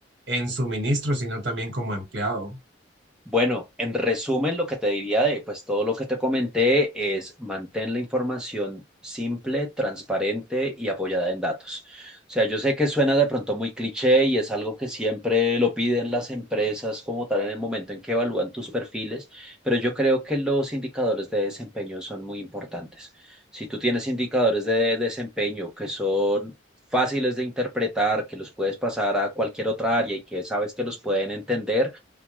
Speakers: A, on the right; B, in the centre.
A: en suministro, sino también como empleado?
B: Bueno, en resumen, lo que te diría de pues todo lo que te comenté es mantén la información simple, transparente y apoyada en datos. O sea, yo sé que suena de pronto muy cliché y es algo que siempre lo piden las empresas como tal en el momento en que evalúan tus perfiles, pero yo creo que los indicadores de desempeño son muy importantes. Si tú tienes indicadores de desempeño que son fáciles de interpretar, que los puedes pasar a cualquier otra área y que sabes que los pueden entender,